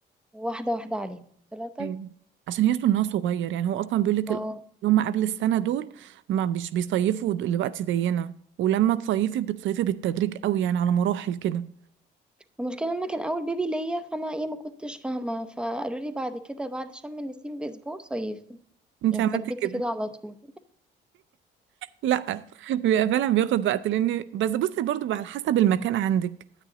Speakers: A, in the centre; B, on the right (about 75°).
A: واحدة واحدة عليه قلت لها طيب
B: أيوة. عشان يحسوا انها صغير يعني هو اصلا بيقول لك
A: اه
B: اللي هم قبل السنه دول ما مش بيصيفوا دلوقتي زينا ولما تصيفي بتصيفي بالتدريج قوي يعني على مراحل كده
A: المشكلة لما كان أول بيبي ليا فأنا إيه ما كنتش فاهمة فقالوا لي بعد كده بعد شم النسيم بأسبوع صيفي
B: انت
A: يعني
B: عملتي
A: ثبتي
B: كده
A: كده على طول
B: لا بيبقى فعلا بياخد وقت لان بس بصي برضو بقى على حسب المكان عندك